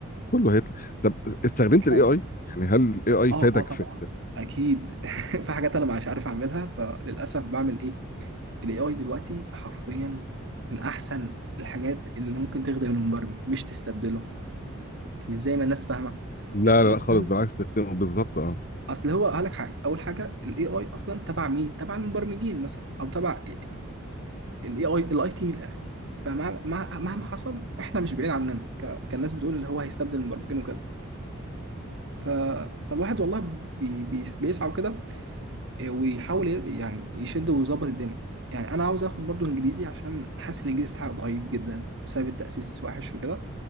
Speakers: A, on the left; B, on the right.
A: كله هيطلع طب استخدمت
B: بحاول.
A: الاي اي يعني هل الاي اي
B: اه
A: فادك
B: اه طبعا
A: في
B: اكيد <laughs> في حاجات انا مش عارف اعملها فللاسف بعمل ايه الاي اي دلوقتي حرفيا من احسن الحاجات اللي ممكن تخدم المبرمج مش تستبدله مش زي ما الناس فاهمه
A: لا
B: يعني الناس
A: لا لا خالص
B: فاهمه
A: بالعكس استخدمه بالظبط اه
B: اصل هو قال لك حاجه اول حاجه الاي اي اصلا تبع مين تبع المبرمجين مثلا او تبع الاي اي الاي تي من الاخر فمع مع- مهما حصل احنا مش بعيد عننا ك- كالناس بتقول اللي هو هيستبدل المبرمجين وكده ف... فالواحد والله بي... بي- بيسعى وكده ويحاول ي- يعني يشد ويظبط الدنيا يعني انا عاوز اخد برضو انجليزي عشان حاسس الانجليزي بتاعي ضعيف جدا بسبب التاسيس وحش وكده